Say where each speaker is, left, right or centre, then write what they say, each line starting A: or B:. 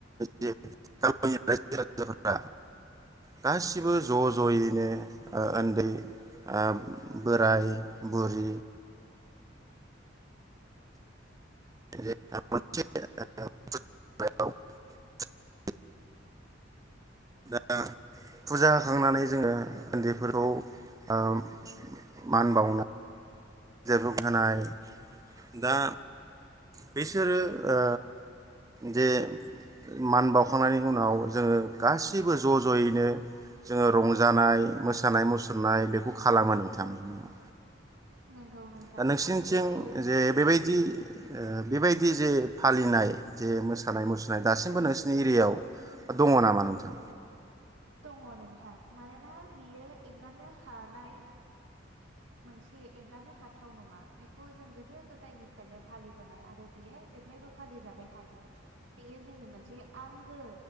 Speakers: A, on the right; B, on the right.
A: जे गामिनि रायजो राजाफोरा गासिबो ज' ज'यैनो ओ उन्दै आ बोराय बुरि <unintelligible> दा फुजा होखांनानै जोङो उन्दैफोरखौ उम मान बावना <unintelligible> होनाय दा बिसोरो ओ जे मान बावखांनायनि उनाव जोङो गासैबो ज' ज'यैनो जोङो रंजानाय मोसानाय मुसुरनाय बेखौ खालामो नोंथांमोननाव?
B: नंगौ नोंथां
A: दा नोंसिोरनिथिं
B: थारैनो सैथो
A: जे बेबायदि ओ बेबायदि जे फालिनाय जे मोसानाय मुसुरनाय दासिमबो नोंसिोरनि एरियायाव दङ नामा नोंथां?
B: दङ नोंथां मानोना बियो एंगारनो हानाय मोनसे एंगारनो हाथाव नङा बेखौ जों गोदो गोदायनिफ्रायनो फालिबोनाय आरो बियो जेब्लायबो फालिजाबाय थागोन। बेयो जोंनि मोनसे आंगो